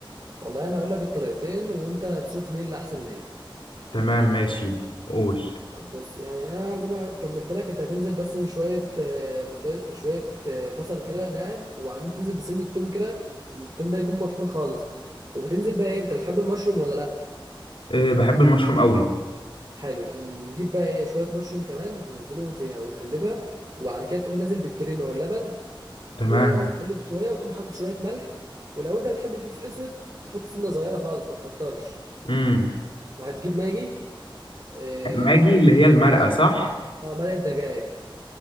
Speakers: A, on the right; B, on the left.
A: والله انا هقول لك الطريقتين وانت تشوف ايه اللي احسن ليك
B: تمام ماشي قول
A: طب بص يعني انا زي ما كملت لك انت هتنزل بس بشويه آه، بشويه بشوية، آه، بصل كده ناعم وبعدين تنزل بسن التوم كده التوم ده يكون مطحون خالص وبتنزل بقى ايه انت بتحب المشروم ولا لا
B: آه، بحب المشروم قوي
A: حلو يبقى نجيب بقى ايه شويه مشروم كمان ننزلهم فيها ونقلبها وبعد كده تقوم نازل بالكريمه واللبن
B: تمام
A: و- وتقلب شويه وتقوم حاطط شويه ملح ولو انت بتحب الفلفل الاسود تحط سنه صغيره خالص ما تكترش
B: امم
A: وهتجيب ماجي آه،
B: ماجي
A: وبعدين
B: اللي هي المرقه صح
A: اه مرقه دجاج